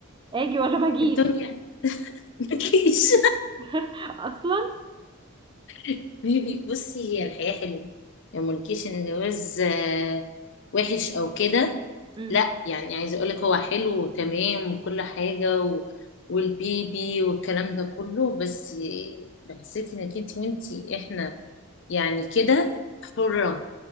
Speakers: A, on the right; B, on the left.
A: اجي ولا ما اجيش
B: الدنيا ملكيش
A: <laughs> اصلا
B: <laughs> بيبي بصي هي الحياة حلوة يعني ملكيش ان الجواز آه، وحش او كده
A: امم
B: لا يعني عايزه اقولك هو حلو وتمام وكل حاجة و... والبيبي والكلام ده كله بس حسيتي انك انت وانتي احنا يعني كده حرة